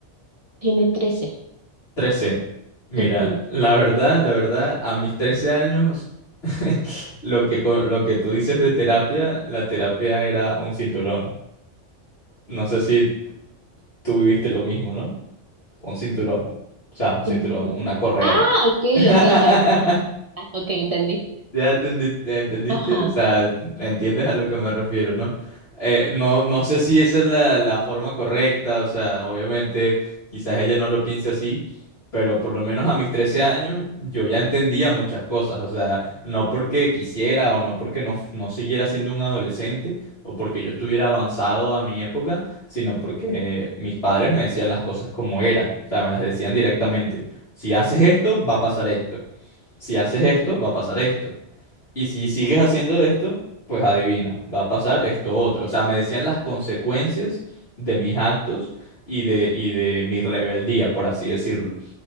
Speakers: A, on the right; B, on the left.
A: Tiene trece
B: 13. Mira,
A: Ujú.
B: la verdad, la verdad, a mis 13 años, <laughs> lo que, co- lo que tú dices de terapia, la terapia era un cinturón. No sé si tú viviste lo mismo, ¿no? Un cinturón, o sea, un cinturón,
A: Un cinturón.
B: una correa.
A: Ah,
B: <laughs>
A: ok,
B: <laughs>
A: ok, ya. <laughs> Ah, Ok, entendí.
B: Ya entendi- entendiste,
A: Ajá.
B: o sea, entiendes a lo que me refiero, ¿no? Eh, no, no sé si esa es la, la forma correcta, o sea, obviamente quizás ella no lo piense así, pero por lo menos a mis 13 años yo ya entendía muchas cosas, o sea, no porque quisiera o no porque no, no siguiera siendo un adolescente o porque yo estuviera avanzado a mi época, sino porque mis padres me decían las cosas como eran, o sea, me las decían directamente, si haces esto, va a pasar esto si haces esto, va a pasar esto. Y si sigues haciendo esto, pues adivina, va a pasar esto otro. O sea, me decían las consecuencias de mis actos y de, y de mi rebeldía, por así decirlo.